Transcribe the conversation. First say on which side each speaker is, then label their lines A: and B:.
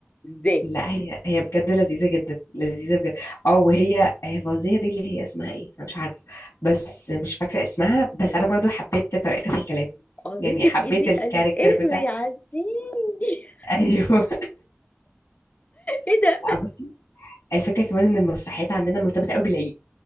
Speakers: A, on the left (about 35°); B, on the left (about 80°).
A: ازاي
B: لا هي هي بجد لذيذة جدا لذيذة بجد اه وهي هي فوزية دي اللي هي اسمها ايه انا مش عارفة بس مش فاكرة اسمها بس
A: ولا
B: انا
A: انا
B: برضو حبيت طريقتها في الكلام
A: اه
B: يعني
A: مسك
B: حبيت
A: ايدي
B: الكاركتر
A: قال اهري
B: بتاع
A: عديني <laughs>
B: <laughs> ايوه
A: ايه ده
B: لا بصي الفكرة كمان ان المسرحيات عندنا مرتبطة قوي بالعيد